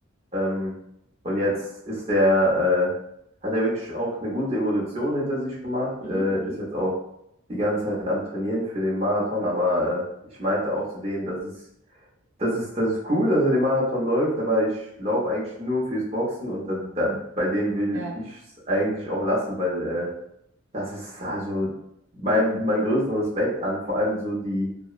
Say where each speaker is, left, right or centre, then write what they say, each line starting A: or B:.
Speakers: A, on the right (about 30°); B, on the right (about 85°).
A: Ähm, und jetzt ist der, äh, hat er wirklich auch eine gute Evolution hinter sich gemacht,
B: Mhm.
A: äh,
B: Mhm.
A: ist jetzt auch die ganze Zeit am Trainieren für den Marathon, aber äh, ich meinte auch zu denen, das ist, das ist, das ist cool, dass er den Marathon läuft, aber ich laufe eigentlich nur fürs Boxen und da, da, bei dem will
B: Ja.
A: ich es eigentlich auch lassen, weil äh, das ist also mein, mein größten Respekt an, vor allem so die,